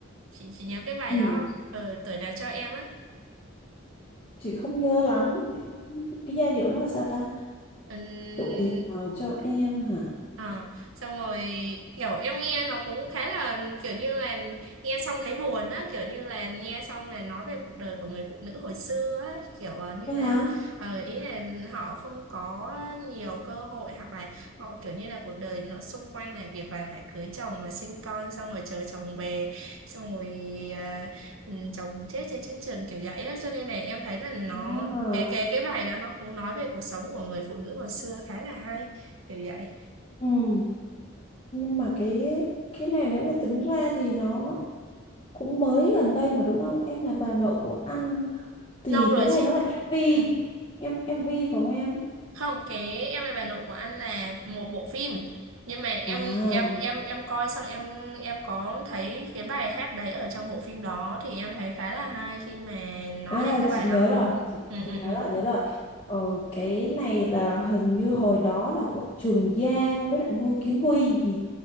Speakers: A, on the right; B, on the left.
A: Chị, chị nhớ cái bài
B: ừ
A: đó không? Ừ, tuổi nào cho em á.
B: chị không nhớ lắm chị không, cái giai điệu nó là sao ta
A: Ừm,
B: tuổi nào cho em hả
A: Ờ, xong rồi kiểu em nghe nó cũng khá là kiểu như là nghe xong thấy buồn á kiểu như là nghe xong là nói về cuộc đời của người phụ nữ hồi xưa á kiểu ờ, như
B: thôi
A: là
B: hả
A: ờ, ý là họ không có nhiều cơ hội hoặc là họ kiểu như là cuộc đời nó xung quanh là việc là phải cưới chồng và sinh con xong rồi chờ chồng về xong rồi ờ, ừ, chồng chết trên chiến trường kiểu vậy á cho nên là em thấy là nó
B: à,
A: cái cái cái bài đó nó cũng nói về cuộc sống của người phụ nữ hồi xưa khá là hay kiểu vậy
B: ừ nhưng mà cái cái này nếu mà tính ra thì nó cũng mới gần đây mà đúng không em là bà nội của anh thì
A: lâu rồi
B: cái này
A: chị
B: nó là MV
A: ừ.
B: em MV phải không em
A: không cái em là bà nội của anh là một bộ phim nhưng mà em
B: à
A: em em em coi xong em em có thấy cái bài hát đấy ở trong bộ phim đó thì em thấy khá là hay khi mà nó
B: À
A: hát cái
B: chị
A: bài
B: nhớ
A: đó ừ
B: rồi, chị
A: ừ
B: chị
A: ừ,
B: nhớ
A: ừ.
B: rồi, nhớ rồi. Ờ, cái này là hình như hồi đó là của Trường Giang với lại Ngô Kiến Huy gì